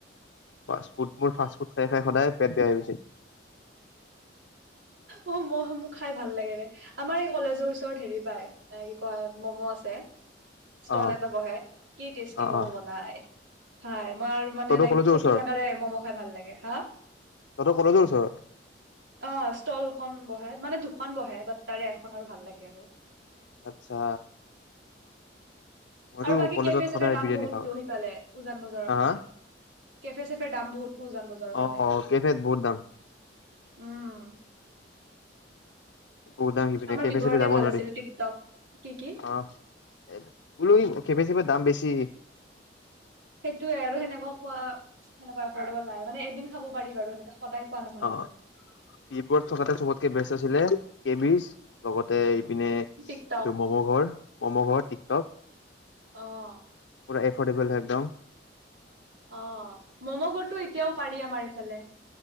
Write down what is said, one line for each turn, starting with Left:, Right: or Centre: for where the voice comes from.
Left: ফাষ্টফুড, মোৰ ফাষ্ট ফুড খাই খাই সদায় পেট বেয়া হৈ গৈছে।
Right: অ ম মোক খাই ভাল লাগেৰে আমাৰ এই কলেজৰ ওচৰত হেৰি পাই কি কয় মম' আছে। ষ্টল
Left: অ
Right: এটা বহাই, কি টেষ্টি
Left: অ
Right: মম
Left: অ
Right: বনাই। ফাইভ মই আৰু মানে
Left: তহঁতৰ
Right: লাইক
Left: কলেজৰ
Right: সেইটো
Left: ওচৰত
Right: জেগাৰে মম খাই ভাল লাগে, হা-
Left: তহঁতৰ কলেজৰ ওচৰত।
Right: অ ষ্টলখন বহে, মানে দুখন বহে বাট তাৰে এখনৰ আৰু ভাল লাগে আৰু
Left: আচ্ছা মইতো
Right: আৰু বাকী
Left: কলেজত
Right: কেফে চেফেৰ
Left: সদায়
Right: দাম
Left: বিৰিয়ানী
Right: বহুতটো
Left: খাওঁ
Right: সেইফালে উজান বজাৰৰ
Left: হা
Right: ফালে
Left: হা
Right: কেফে চেফেৰ দাম বহুত উজান বজাৰৰ ফালে।
Left: অ কেফেত বহুত দাম
Right: উম।
Left: বহুত দাম হিপিনে
Right: আমাৰ
Left: কেফে
Right: ভিবৰতে
Left: চেফে যাব
Right: ভাল
Left: নোৱাৰি
Right: আছিল টিকটক কি কি
Left: অ বোলো কেফে চেফে দাম বেছি। কি?
Right: সেইটোয়ে আৰু হেনেকুৱা খোৱা, হেনেকুৱা এফৰ্ডেবল নাই মানে, এদিন খাব পাৰি বাৰু। সদায় খোৱা নহয়
Left: অ
Right: আৰু
Left: বি বৰুৱাত থকাটোৱে চবতকে বেষ্ট আছিলে। কেবিজ, লগতে এই এইপিনে এইটো
Right: টিকটক
Left: ম'ম ঘৰ। মম' ঘৰ টিকটক।
Right: আহ।
Left: পুৰা এফৰ্ডেবল হয় একদম।
Right: অ ম'ম' গডতটো এতিয়াও পাৰি আমাৰ এইফালে।